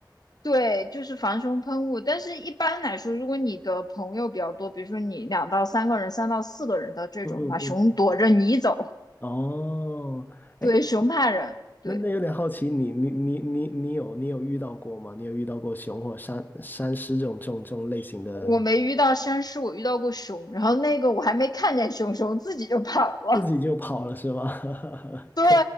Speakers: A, on the left; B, on the left.
A: 对，就是防熊喷雾。但是一般来说，如果你的朋友比较多，比如说你两到三个人、三到四个人的这种的话，
B: <laughs> 嗯嗯嗯，
A: 熊躲着你走，
B: 哦，哎，
A: 对，熊怕人。对，
B: 那那有点好奇，你你你你你有你有遇到过吗？你有遇到过熊或山山狮这种这种这种类型的，
A: 我没遇到山狮，我遇到过熊，然后那个我还没看见熊，熊自己就跑了。
B: 自己就跑了是吗？<laughs>
A: 对，
B: 可